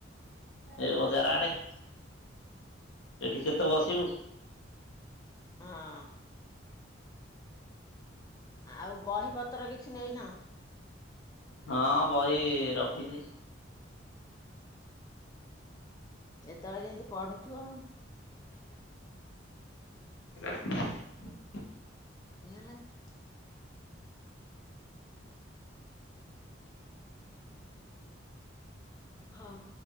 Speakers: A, on the left; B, on the left.
A: ଏଇ ବଜାର ଆଡେ। ଏଠି କେତେ ବସିବୁ।
B: ହଁ। ଆଉ ବହି ପତ୍ର କିଛି ନେଇନ?
A: ହଁ ବହି ରଖିଛି।
B: ଯେତେବେଳେ ଯେମିତି ପଢୁଥିବ ଆଉ।
A: ହ
B: ହେଇଗଲାକି? ହଁ।